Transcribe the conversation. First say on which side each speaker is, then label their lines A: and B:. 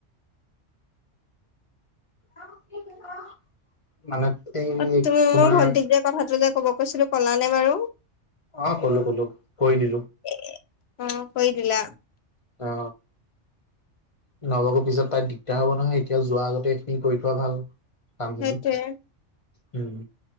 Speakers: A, on the left; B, on the left.
A: <unintelligible> মানে এই
B: অ তুমি
A: তোমাৰ
B: মই ভন্টিক যে কথাটো যে ক'ব কৈছিলো ক'লা নে বাৰু?
A: অ', ক'লো ক'লো কৰি দিলো।
B: এ অ কৈ দিলা?
A: অ। <unintelligible> পিছত তাই দিগদাৰ হ'ব নহয়। এতিয়া যোৱা আগতে এইখিনি কৰি থোৱা ভাল কামখিনি।
B: সেইটোয়ে
A: উম।